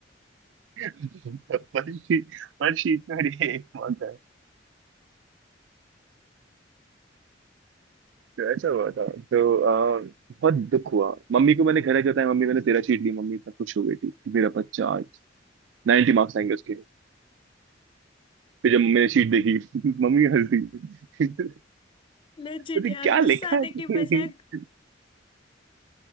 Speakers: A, on the right (about 85°); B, on the left (about 25°).
A: <laughs> पर शीट पर शीट में मेरी एक मार्क है तो ऐसा हुआ था तो अ, बहुत दुख हुआ मम्मी को मैंने घर आके बताया मम्मी मैंने तेरह शीट ली मम्मी इतना खुश हो गई थी कि मेरा बच्चा आज 90 मार्क्स आएंगे उसके फिर जब मैंने शीट देखी <laughs> मम्मी हंस दी <laughs>
B: लेजिट
A: अरे
B: यार
A: क्या
B: <laughs> गुस्सा
A: लिखा
B: आने
A: है
B: की बजाय <laughs>
A: <laughs>